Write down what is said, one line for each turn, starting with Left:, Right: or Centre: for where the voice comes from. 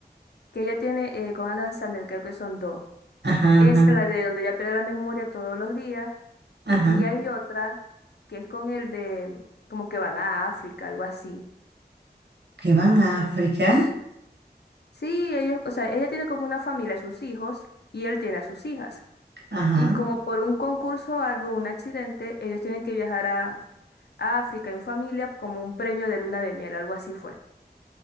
Left: que ella tiene eh, con Alan Sandler, creo que son dos.
Right: Ajá,
Left: Esa
Right: ajá,
Left: es la de donde ella pierde la memoria todos los días.
Right: ajá.
Left: Y hay otra que es con el de, como que van a África, algo así.
Right: Que van a África.
Left: Sí, ellos, o sea, ella tiene como una familia, sus hijos, y él tiene a sus hijas.
Right: Ajá.
Left: Y como por un concurso o algo, un accidente, ellos tienen que viajar a, a África en familia como un premio de luna de miel, algo así fue.